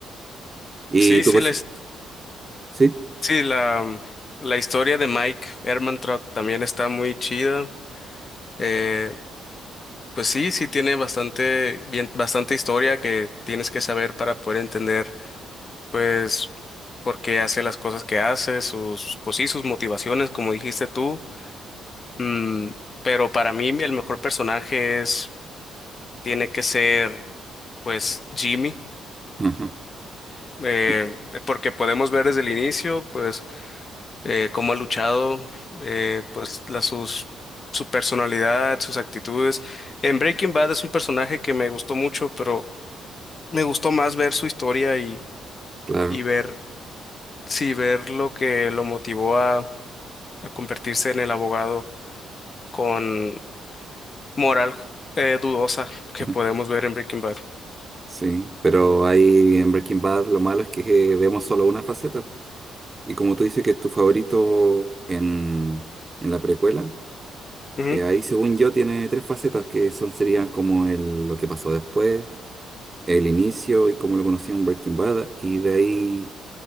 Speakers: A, on the right; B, on the left.
A: Y
B: Sí,
A: tu
B: sí,
A: persona...
B: la, his-
A: Sí,
B: sí, la, la historia de Mike Ehrmantraut también está muy chida. eh, Pues sí, sí tiene bastante, bien, bastante historia que tienes que saber para poder entender, pues, por qué hace las cosas que hace, sus, pues sí, sus motivaciones, como dijiste tú. Mm, pero para mí el mejor personaje es, tiene que ser, pues, Jimmy,
A: ajá,
B: eh,
A: y-
B: porque podemos ver desde el inicio, pues, eh, cómo ha luchado, eh, pues, la, sus, su personalidad, sus actitudes. En Breaking Bad es un personaje que me gustó mucho, pero Me gustó más ver su historia y,
A: claro.
B: y ver, sí, ver lo que lo motivó a, a convertirse en el abogado con moral eh, dudosa que
A: <laughs>
B: podemos ver en Breaking Bad.
A: Sí, pero ahí en Breaking Bad lo malo es que eh, vemos solo una faceta. Y como tú dices que es tu favorito en, en la precuela,
B: Ujú.
A: eh, ahí según yo tiene tres facetas que son serían como el, lo que pasó después, el inicio y cómo lo conocía en Breaking Bad, y de ahí,